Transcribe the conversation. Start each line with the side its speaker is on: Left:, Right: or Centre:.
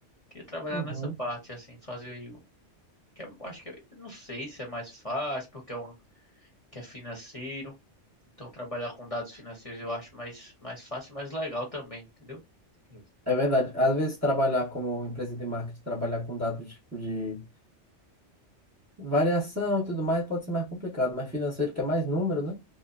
Left: Queria trabalhar
Right: Uhum.
Left: nessa parte assim, fazer o- que é- eu acho que eu não sei se é mais fácil porque é um que é financeiro. Então, trabalhar com dados financeiros eu acho mais, mais fácil e mais legal também, entendeu? Isso.
Right: É verdade. Às vezes, trabalhar como empresa de marketing, trabalhar com dados, tipo, de variação e tudo mais, pode ser mais complicado, mas financeiro, que é mais número, né?